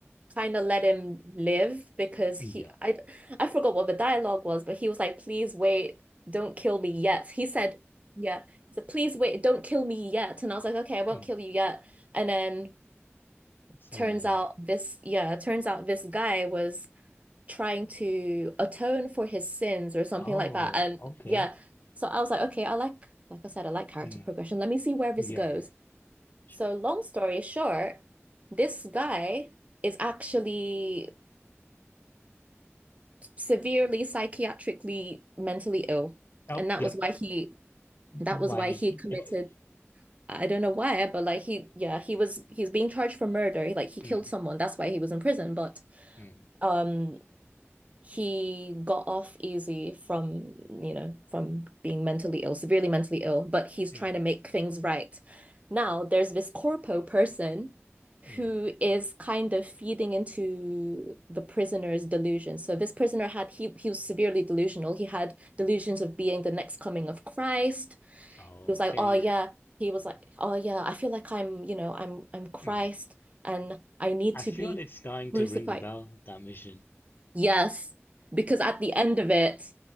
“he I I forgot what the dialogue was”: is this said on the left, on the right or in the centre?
Right